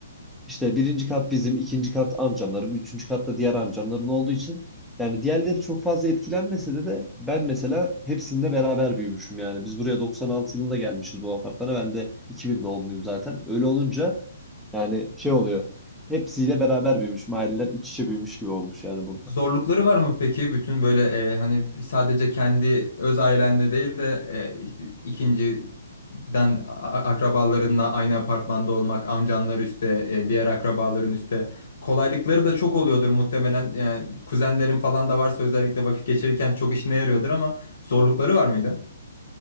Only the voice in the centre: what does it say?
İşte birinci kat bizim, ikinci kat amcamların, üçüncü katta diğer amcamların olduğu için yani diğerleri çok fazla etkilenmese de de ben mesela hepsinde beraber büyümüşüm yani. Biz buraya 96 yılında gelmişiz bu apartmana. Ben de 2000 doğumluyum zaten. Öyle olunca yani şey oluyor. Hepsiyle beraber büyümüş. Aileler iç içe büyümüş gibi olmuş yani burada.